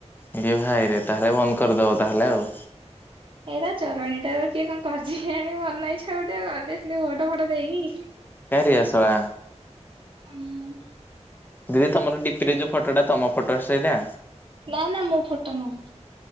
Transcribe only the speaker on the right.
ଏଇରା ଚୋରୋଣୀଟା ବା କିଏ କଣ କରିକି ଆଣି ମନଇଛା ଗୋଟେ କରିଦେଇ ସେ ଫଟୋ ଫଟୋ ଦେଇକି
ହଁ ମୁଁ।
ନା ନା ମୋ ଫଟୋ ନୁହଁ।